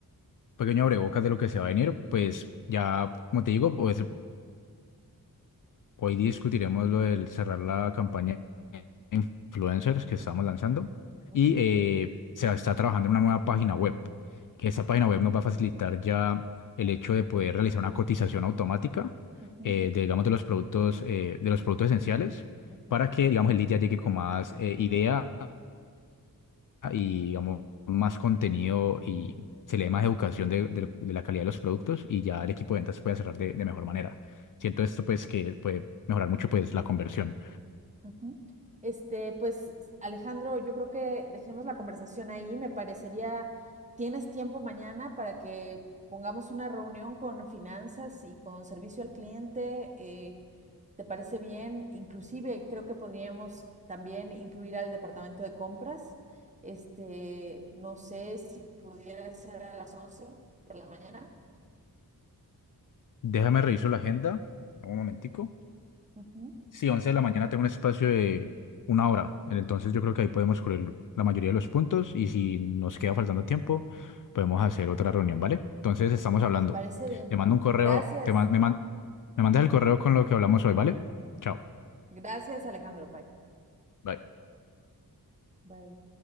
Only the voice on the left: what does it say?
pequeño abrebocas de lo que se va a venir, pues ya, como te digo, pues Hoy discutiremos lo del cerrar la campaña de influencers que estamos lanzando
y eh, se está trabajando en una nueva página web, que
esa página web nos va a facilitar ya el hecho de poder realizar una cotización automática
eh, de, digamos, de los productos, eh, de los productos esenciales
para que, digamos, el lead ya llegue con más eh, idea ah, y digamos más contenido y se le dé más educación de, del- de la calidad de los productos y ya el equipo de ventas puede cerrar de, de mejor manera. Siento esto
pues que puede mejorar mucho pues la conversión.
Déjame reviso la agenda, dame un momentico.
Sí, 11 de la mañana tengo un espacio de una hora, entonces yo creo que ahí podemos cubrir la mayoría de los puntos y si nos queda faltando tiempo podemos hacer otra reunión, ¿vale? Entonces estamos hablando.
Te mando un correo,
te man- me, man- me mandas el correo con lo que hablamos hoy, ¿vale? Chao.
Bye.